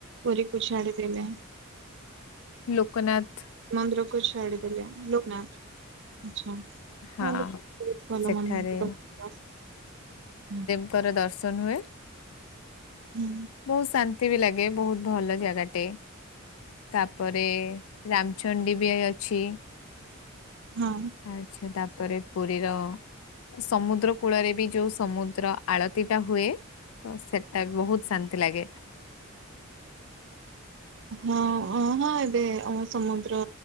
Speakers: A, on the right; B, on the left.
A: ପୁରୀକୁ ଛାଡିଦେଲେ
B: ଲୋକନାଥ
A: ମନ୍ଦିର କୁ ଛାଡିଦେଲେ ଲୋକନାଥ ଆଛା
B: ହଁ
A: ଲ ବହୁତ ଭଲ
B: ସେଠାରେ
A: ମନ୍ଦିରରେ
B: ଙ୍କର ଦର୍ଶନ ହୁଏ
A: ହୁଁ
B: ବହୁତ ଶାନ୍ତି ବି ଲାଗେ ବହୁତ ଭଲ ଜାଗାଟେ ତାପରେ ରାମଚଣ୍ଡୀ ବି ଅଛି।
A: ହଁ
B: ଆଚ୍ଛା ତାପରେ ପୁରୀର ସମୁଦ୍ର କୂଳରେ ବି ଯୋଉ ସମୁଦ୍ର। ଆଳତି ଟା ହୁଏ ତ ସେଟା ବି ବହୁତ ଶାନ୍ତି ଲାଗେ।
A: ହଁ ଓ ହଁ ଏବେ ଆମ ସମ ସମୁଦ୍ର